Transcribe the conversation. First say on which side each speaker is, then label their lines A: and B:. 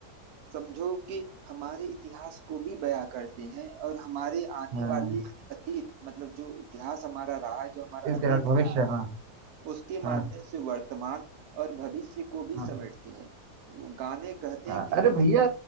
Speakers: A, on the right (about 70°); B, on the right (about 90°).
A: समझो कि हमारे इतिहास को भी बयां करते हैं और हमारे आने
B: हाँ,
A: वाले अतीत मतलब जो इतिहास हमारा रहा है जो हमारा
B: इसके
A: अतीत
B: साथ भविष्य
A: रहा है
B: हाँ
A: उसके
B: हाँ
A: माध्यम से वर्तमान और भविष्य को भी
B: हाँ
A: समेटते हैं वो गाने कहते
B: हाँ।
A: हैं कि
B: अरे
A: देखो
B: भैया